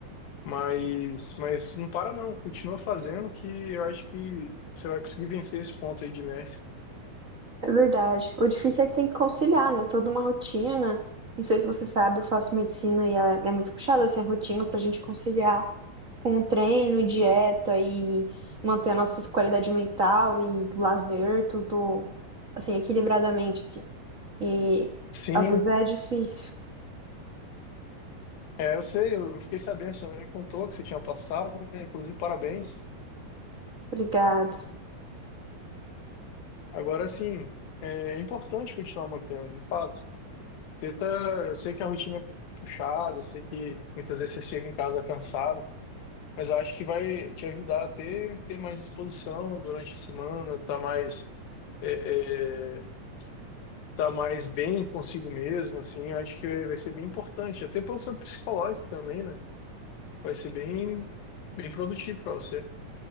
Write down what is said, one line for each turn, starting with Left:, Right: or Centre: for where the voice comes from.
Left: Mas, mas não para não, continua fazendo que eu acho que você vai conseguir vencer esse ponto aí de inércia.
Right: É verdade. O difícil é que tem que conciliar, né? Toda uma rotina. Não sei se você sabe, eu faço medicina e é é muito puxada, assim, a rotina pra gente conciliar com treino, dieta e manter a nossa qualidade mental e lazer, tudo assim, equilibradamente, assim. E
Left: Sim,
Right: às vezes é difícil.
Left: É, eu sei, eu eu fiquei sabendo, sua mãe me contou que você tinha passado, né? Inclusive, parabéns.
Right: Obrigada.
Left: Agora, assim, é é importante continuar mantendo, de fato. Tenta, eu sei que a rotina é puxada, eu sei que muitas vezes você chega em casa cansado, mas eu acho que vai te ajudar a ter, ter mais disposição durante a semana, tá mais, é, é, tá mais bem consigo mesmo, assim, eu acho que vai ser bem importante, até para o seu psicológico também, né? Vai ser bem, bem produtivo para você.